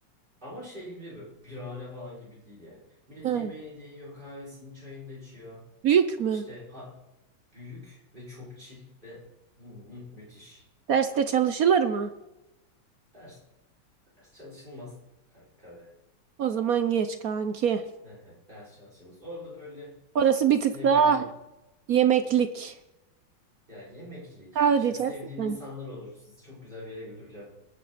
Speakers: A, on the right; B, on the right.
A: Ama şey gibi değil böyle birahane falan gibi değil yani. Millet
B: aha.
A: yemeğini de yiyor, kahvesini, çayını da içiyor.
B: Büyük mü?
A: İşte ha, büyük ve çok chill ve hı hı, müthiş.
B: Derste çalışılır mı?
A: Ders, ders çalışılmaz kanka be.
B: O zaman geç kanki.
A: Hı hı, ders çalışıyoruz. Orada böyle
B: Orası
A: sevdiğin
B: bir tık daha yemeklik.
A: ya yemeklik
B: Kahve
A: işte
B: diyeceğiz.
A: sevdiğin
B: Ha,
A: insanlar olur. Sizi çok güzel bir yere götüreceğim